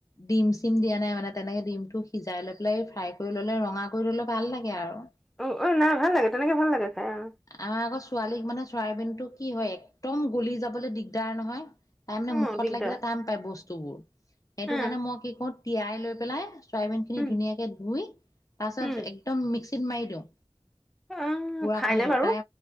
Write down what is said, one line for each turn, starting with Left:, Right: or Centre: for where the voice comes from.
Left: ডিম চিম দিয়া নাই মানে তেনেকে। ডিমটো সিজাই লৈ পেলাই ফ্ৰাই কৰি ল'লে ৰঙা কৰি ললে ভাল লাগে আৰু।
Centre: অ', অ', নাই ভাল লাগে তেনেকে ভাল লাগে। খাই অ
Left: আমাৰ আগৰ ছোৱালীক মানে চয়াবিনটো কি হয় একদম গলি যাবলৈ দিগদাৰ নহয়। তাই মানে
Centre: অ
Left: মুখত
Centre: দিগদাৰ
Left: লাগিলে টান পায় বস্তুবোৰ, সেইটো
Centre: উম
Left: কাৰণে মই কি কৰো তিয়াই লৈ পেলাই ফ্ৰাইবেনখিনি
Centre: উম
Left: ধুনীয়াকে ধুই তাৰপিছত
Centre: উম
Left: একদম মিক্সিত মাৰি দিওঁ।
Centre: অ
Left: বুঢ়া
Centre: খাইনে
Left: কৰি দি
Centre: বাৰু
Left: তাই